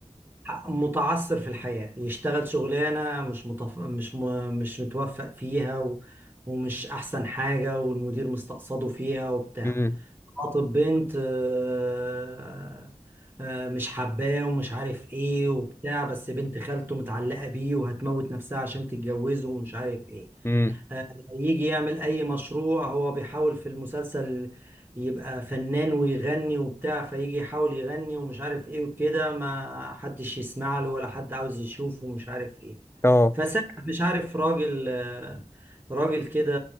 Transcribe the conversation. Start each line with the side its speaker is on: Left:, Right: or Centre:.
Right: متعثر في الحياة يشتغل شغلانة مش متف... مش م... مش متوفق فيها و... ومش أحسن حاجة والمدير مستقصده فيها وبتاع
Left: امم
Right: خاطب بنت آه، آه، مش حباه ومش عارف ايه وبتاع بس بنت خالته متعلقة بيه وهتموت نفسها عشان تتجوزه ومش عارف ايه
Left: امم
Right: آه، يجي يعمل اي مشروع هو بيحاول في المسلسل يبقى فنان ويغني وبتاع فيجي يحاول يغني ومش عارف ايه وكده ما حدش يسمع له ولا حد عاوز يشوفه ومش عارف ايه
Left: اه
Right: فساعة مش عارف راجل آه، راجل كده